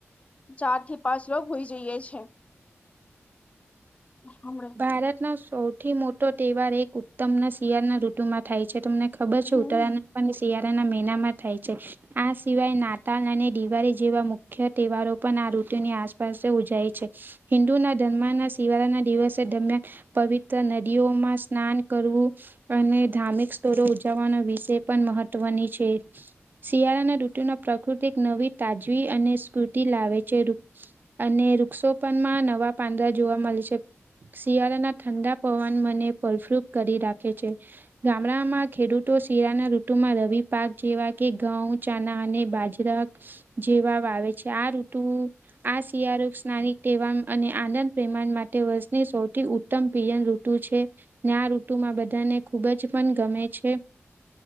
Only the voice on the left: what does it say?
ચાર થી પાંચ લોકો હોય જઈએ છે. હ <unintelligible>
હમ